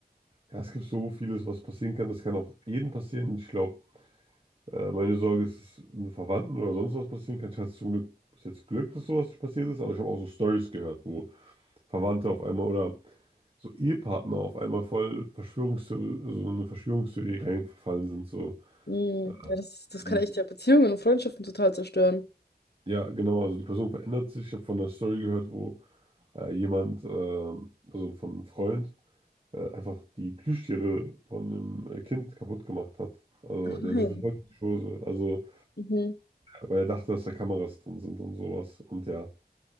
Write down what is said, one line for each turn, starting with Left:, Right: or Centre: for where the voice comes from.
Right: ja, es gibt so vieles, was passieren kann. Das kann auch jedem passieren. Und ich glaube, Äh, meine Sorge ist, dass einem Verwandten oder sonst was passieren kann. Ich hatte zum Glück bis jetzt Glück, dass sowas nicht passiert ist, aber ich habe auch so Stories gehört, wo Verwandte auf einmal oder so Ehepartner auf einmal voll Verschwörungstheorie, also so eine Verschwörungstheorie reingefallen sind. So.
Left: Mm,
Right: Äh,
Left: ja, das, das kann
Right: Und
Left: echt ja Beziehungen und Freundschaften total zerstören.
Right: Ja, genau, also die Person verändert sich. Ich habe von einer Story gehört, wo äh, jemand, ähm, also von einem Freund, äh, einfach die Plüschtiere von dem äh, Kind kaputt gemacht hat. Also
Left: Nein.
Right: der hatte voll die Schose, also
Left: Mhm.
Right: weil er dachte, dass da Kameras drin sind und sowas. Und ja.